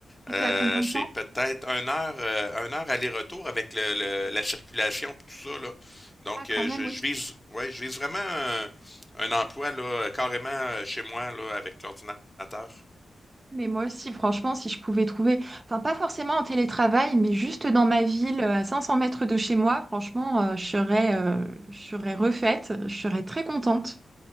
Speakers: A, on the right; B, on the left.
A: et
B: Euh,
A: t'es à combien
B: c'est
A: de temps?
B: peut-être une heure, euh, une heure aller-retour avec le, le- la circulation puis tout ça, là. Donc,
A: Ah quand
B: euh,
A: même,
B: je,
A: oui.
B: je vise, ouais, je vise vraiment un, un emploi là, carrément euh, chez moi là, avec l'ordinateur.
A: Mais moi aussi, franchement, si je pouvais trouver, enfin pas forcément en télétravail, mais juste dans ma ville, euh, à 500 mètres de chez moi, franchement, euh, je serais, euh, je serais refaite, je serais très contente.